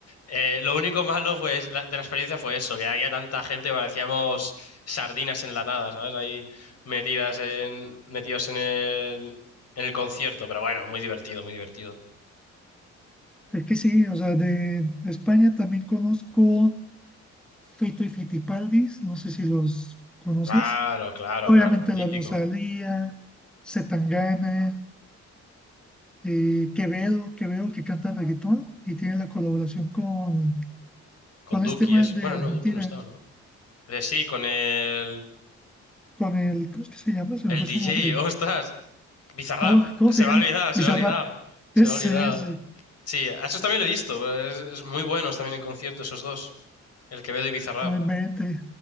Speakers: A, on the left; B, in the centre.
A: eh, lo único malo fue es- la- de la experiencia fue eso, que había tanta gente que parecíamos sardinas enlatadas, ¿sabes? Ahí metidas en, metidos en el, en el concierto, pero bueno, muy divertido, muy divertido.
B: Es que sí, o sea, de España también conozco Fito y Fitipaldis, no sé si los conoces.
A: Claro, claro,
B: Obviamente
A: claro. Mítico.
B: La Rosalía, Zetangana, eh, Quevedo, Quevedo que canta reggaetón y tiene la colaboración con,
A: Con
B: con
A: Duki
B: este man
A: es.
B: de
A: Bueno,
B: Argentina,
A: no, Duki no está, ¿no? Eh, sí, con el,
B: con el, ¿cómo es que se llama? Se
A: el
B: me fue
A: DJ,
B: su nombre.
A: <laughs> ostras, Bizarrap,
B: Oh, ¿cómo
A: se
B: se
A: me
B: llama?
A: ha olvidado, se
B: Bizarrap.
A: me ha olvidado, se
B: Ese,
A: me ha olvidado.
B: ese,
A: Sí, a esos también lo he visto, es, es muy buenos también en concierto esos dos, el Quevedo y Bizarrap.
B: no invente.